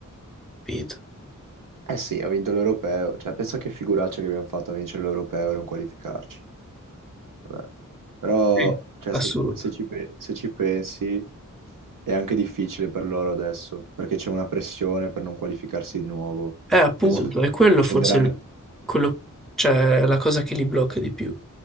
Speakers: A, in the centre; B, on the right (about 80°).
A: capito?
B: Eh sì, ha vinto l'europeo, cioè pensa che figuraccia che abbiamo fatto a vincere l'europeo e non qualificarci. Vabbè. Però,
A: Sì.
B: cioè,
A: Assurdo.
B: se, se ci, pe- se ci pensi, è anche difficile per loro adesso, perché c'è una pressione per non qualificarsi di nuovo.
A: Eh, appunto,
B: Penso che
A: è quello
B: scenderanno...
A: forse il- quello, cioè, la cosa che li blocca di più.